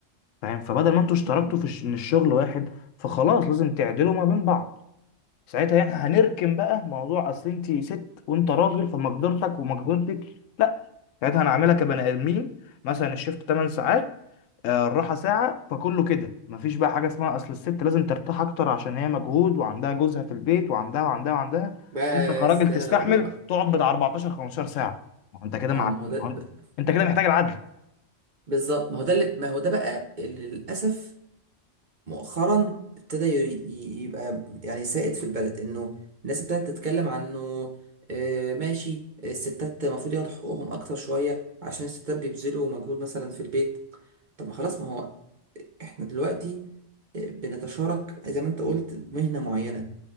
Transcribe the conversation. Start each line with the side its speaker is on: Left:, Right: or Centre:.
Left: فاهم فبدل ما انتوا اشتركتوا
Right: مم.
Left: في الش- ان الشغل واحد فخلاص لازم تعدلوا ما بين بعض ساعتها يعني هنركن بقى موضوع اصل انت ست وانت راجل فمقدرتك ومقدرتك لا ساعتها هنعملها كبني ادمين مثلا الشيفت 8 ساعات آه، الراحه ساعه فكله كده مفيش بقى حاجه اسمها اصل الست لازم ترتاح اكتر عشان هي مجهود وعندها جوزها في البيت وعندها وعندها وعندها
Right: بس
Left: وانت كراجل
Right: ده
Left: تستحمل
Right: اللي انا بقوله بقى
Left: تقعد بتاع 14 15 ساعه ما هو انت كده
Right: اه
Left: مع
Right: ما
Left: ما
Right: هو ده
Left: هو
Right: ب-
Left: انت كده محتاج العدل
Right: بالظبط ما هو ده اللي ما هو ده بقى اللي للاسف مؤخرا ابتدى ي- ي- يبقى يعني سائد في البلد انه الناس ابتدت تتكلم عنه آه، ماشي الستات المفروض ياخدوا حقوقهم اكتر شوية عشان الستات بيبذلوا مجهود مثلا في البيت طب ما خلاص ما هو احنا دلوقتي آه، بنتشارك زي ما انت قلت مهنة معينة